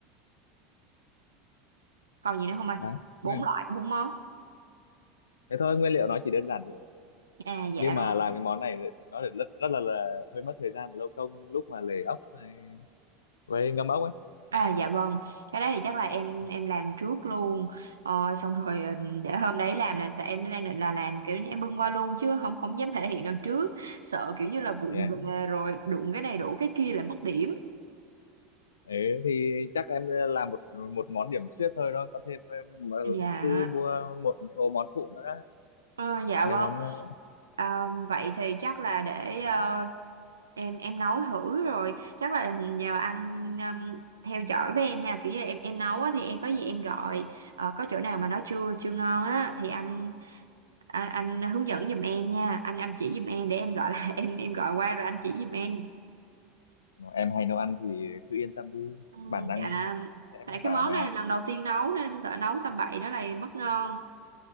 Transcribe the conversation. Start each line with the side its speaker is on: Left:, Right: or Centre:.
Right: còn gì nữa không anh
Left: đấy
Right: bốn
Left: Nguyên-
Right: loại bốn món
Left: thế thôi nguyên liệu nó chỉ đơn giản thế thôi
Right: à dạ
Left: nhưng
Right: rồi
Left: mà làm cái món này thì nó lại rất rất là, là hơi mất thời gian và lâu công lúc mà lề ốc này với ngâm ốc ấy
Right: À dạ vâng, cái đấy thì chắc là em
Left: Ừ.
Right: em làm trước luôn. Ờ, xong rồi ừ, để hôm đấy làm là tại em đang định là làm kiểu như em bưng qua luôn chứ không không dám thể hiện đằng trước, sợ kiểu như là vụng
Left: yeah.
Right: về rồi đụng cái này đổ cái kia là mất điểm.
Left: Đấy, thì chắc em làm một một món điểm xuyết thôi đó có thêm em, mà
Right: Dạ.
Left: cứ mua một số món phụ nữa
Right: Ờ, dạ
Left: mấy
Right: vâng.
Left: món ờ,
Right: Ờ, vậy thì chắc là để ờ, em em nấu thử rồi chắc là nhờ anh um, theo dõi với em nha kiểu như là em em nấu á, thì em có gì em gọi Ờ, có chỗ nào mà nó chưa chưa ngon á thì anh anh, anh hướng dẫn giùm em nha anh anh chỉ giùm em để em gọi là <laughs> em em gọi qua rồi anh chỉ giùm em
Left: em hay nấu ăn thì cứ yên tâm đi
Right: Ừ,
Left: bản năng
Right: dạ
Left: sẽ
Right: tại
Left: mách bảo
Right: cái món
Left: mà
Right: này lần đầu tiên nấu nên sợ nấu tầm bậy nó lại mất ngon